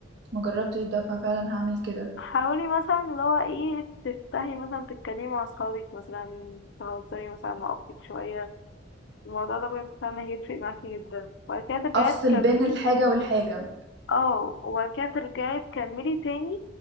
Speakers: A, on the right; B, on the left.
A: ما جربتش ده ففعلا هعمل كده
B: حاولي مثلا اللي هو ايه تفتحي مثلا تتكلمي مع اصحابك مثلا تهزري مثلا مع اختك شوية الموضوع ده بجد فعلا هيفرق معاكي جدا وبعد كده ترجعي
A: افصل
B: تكملي
A: بين الحاجه والحاجه
B: اه وبعد كده ترجعي تكملي تاني